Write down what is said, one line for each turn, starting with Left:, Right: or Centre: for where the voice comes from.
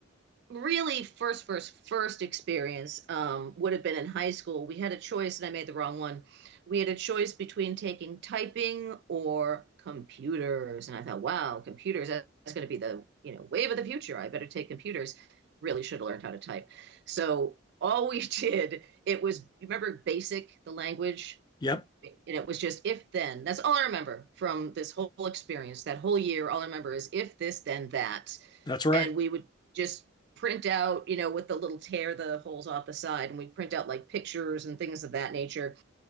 Right: really first, first, first experience um, would have been in high school. We had a choice, and I made the wrong one. We had a choice between taking typing or computers, and I thought, wow, computers, that- that's going to be the, you know, wave of the future. I better take computers. Really should have learned how to type. So all we <laughs> did, it was, you remember BASIC, the language,
Left: Yep,
Right: and it was just if then. That's all I remember from this whole experience, that whole year. All I remember is if this, then that.
Left: that's right.
Right: and we would just print out, you know, with the little tear the holes off the side, and we'd print out like pictures and things of that nature.